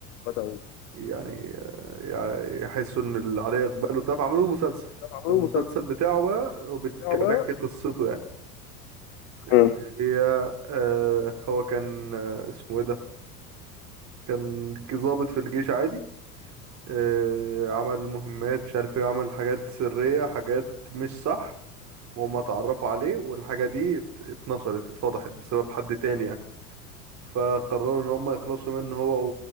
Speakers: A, on the left; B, on the right.
A: بدأوا
B: يعني آه، يع- يحسوا ان اللي عليه اقبال وبتاع فعملوا له مسلسل
A: عملوا
B: فالمسلسل
A: مسلسل
B: بتاعه بقى وبيتك-
A: رجعوا بقى
B: بيحكي قصته يعني اللي
A: مم.
B: هي آه، هو كان آه، اسمه ايه ده كان ج- ضابط في الجيش عادي آه، عمل مهمات مش عارف ايه عمل حاجات سرية حاجات مش صح وهم اتعرفوا عليه والحاجة دي ات- اتنشرت اتفضحت بسبب حد تاني يعني فقرروا ان هم يخلصوا منه هو